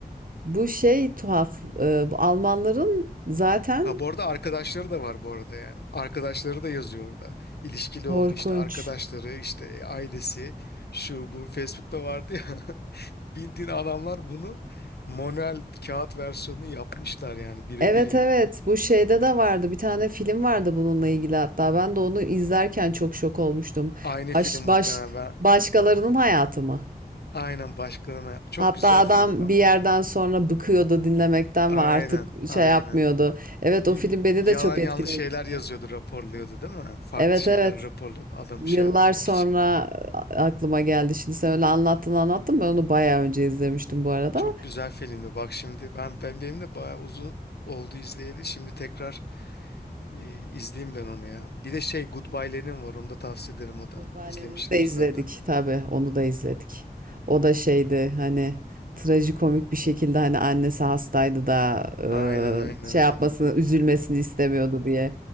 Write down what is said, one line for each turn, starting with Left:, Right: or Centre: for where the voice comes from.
Right: Bu şey tuhaf. eee, bu Almanların zaten
Left: Ha bu arada arkadaşları da var bu arada yani. Arkadaşları da yazıyor orada. İlişkili
Right: korkunç.
Left: oldu işte arkadaşları, işte e, ailesi, şu bu Facebook'ta vardı ya. <laughs> Bildiğin adamlar bunu manuel kağıt versiyonunu yapmışlar yani birebir
Right: Evet
Left: yani.
Right: evet. Bu şeyde de vardı. Bir tane film vardı bununla ilgili hatta. Ben de onu izlerken çok şok olmuştum.
Left: Aynı
Right: Baş,
Left: film muhtemelen.
Right: baş,
Left: ben-
Right: başkalarının hayatı mı?
Left: Aynen başkalarına. Çok
Right: Hatta
Left: güzel
Right: adam
Left: filmdi ama.
Right: bir yerden sonra bıkıyordu dinlemekten
Left: Aynen,
Right: ve artık
Left: aynen.
Right: şey yapmıyordu. Evet
Left: Y-
Right: o film beni
Left: Yalan
Right: de çok etkilemişti.
Left: yanlış şeyler yazıyordu, raporluyordu değil mi? Farklı
Right: Evet
Left: şeyler
Right: evet.
Left: raporluyordu adamı
Right: Yıllar
Left: şey yapmamak
Right: sonra
Left: için.
Right: aklıma geldi. Şimdi sen öyle anlattın anlattın. Ben onu bayağı önce izlemiştim bu arada.
Left: Çok güzel filmdi. Bak şimdi ben ben benim de bayağı uzun oldu izleyeli. Şimdi tekrar e, izleyeyim ben onu ya. Bir de şey Goodbye Lenin var. Onu da tavsiye ederim o da.
Right: Goodbye'lerini
Left: İzlemişsindir
Right: de izledik
Left: zaten de.
Right: tabii onu da izledik. O da şeydi hani trajikomik bir şekilde hani annesi hastaydı da
Left: Aynen
Right: e,
Left: aynen
Right: şey
Left: aynen.
Right: yapmasını üzülmesini istemiyordu diye